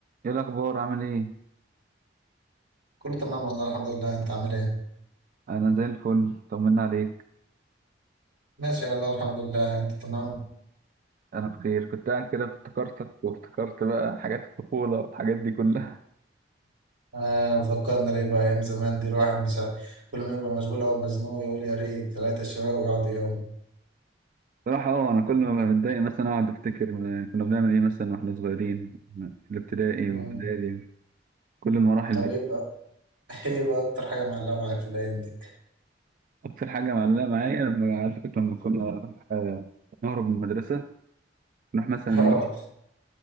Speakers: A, on the right; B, on the right.
A: ايه الاخبار عامل ايه
B: كله تمام والله الحمد لله انت عامل ايه
A: انا زي الفل طمنا عليك
B: ماشي والله الحمد لله انت تمام
A: انا بخير كنت قاعد كده افتكرتك وافتكرت بقى حاجات الطفوله والحاجات دي كلها
B: آه فكرنا ليه بقى ايام زمان دي الواحد بس كل ما يبقى مشغول او مزنوق يقول يا ريت ثلاثة الشباب ويقعدوا يوم
A: <laughs> صراحه اه انا كل ما بتضايق مثلا اقعد افتكر آه، كنا بنعمل ايه مثلا واحنا صغيرين في الابتدائي
B: مم.
A: والابتدائي كل المراحل
B: طب
A: دي
B: ايه بقى <laughs> ايه بقى اكتر حاجة معلقة معاك في الايام دي
A: اكتر حاجه معلقه معايا لما <laughs> عارفك لما كنا نروح، آه، نهرب من المدرسه نروح مثلا
B: <laughs> اه
A: ايه